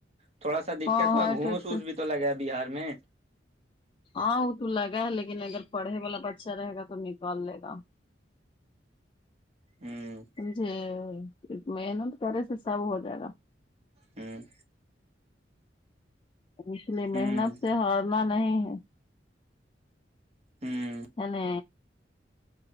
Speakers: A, on the right; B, on the left.
A: تھوڑا سا دقت
B: ہاں
A: ہو
B: ہاں
A: گھوس
B: ٹیٹ
A: وس
B: سے
A: بھی تو لگا ہے بہار میں
B: ہاں وہ تو لگا ہے لیکن اگر پڑھے والا بچہ رہے گا تو نکال لے گا
A: ہوں
B: جی محنت کرے سے سب ہو جائے گا
A: ہوں
B: اس نے
A: ہوں
B: محنت سے ہارنا نہیں ہے
A: ہوں
B: یعنی